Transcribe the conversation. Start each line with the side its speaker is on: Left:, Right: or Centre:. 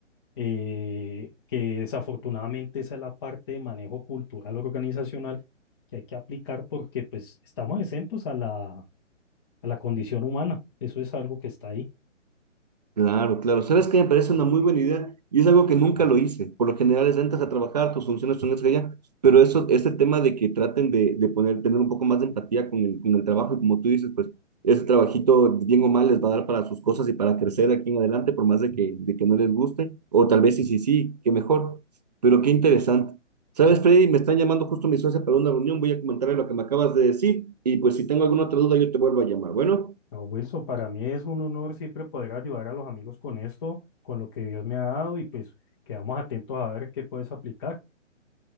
Left: eh, que desafortunadamente esa es la parte de manejo cultural organizacional que hay que aplicar porque pues estamos exentos a la a la condición humana. Eso es algo que está ahí.
Right: Claro, claro. ¿Sabes qué? Me parece una muy buena idea y es algo que nunca lo hice. Por lo general es entras a trabajar, tus funciones son esas ya. pero eso, este tema de que traten de, de poner, tener un poco más de empatía con el, con el trabajo y como tú dices, pues ese trabajito, bien o mal, les va a dar para sus cosas y para crecer aquí en adelante, por más de que, de que no les guste, o tal vez sí, sí, sí, qué mejor. Pero qué interesante. ¿Sabes, Freddy? Me están llamando justo mi socia para una reunión, voy a comentarle lo que me acabas de decir y pues si tengo alguna otra duda yo te vuelvo a llamar. Bueno,
Left: No, Wilson, para mí es un honor siempre poder ayudar a los amigos con esto, con lo que Dios me ha dado y pues quedamos atentos a ver qué puedes aplicar.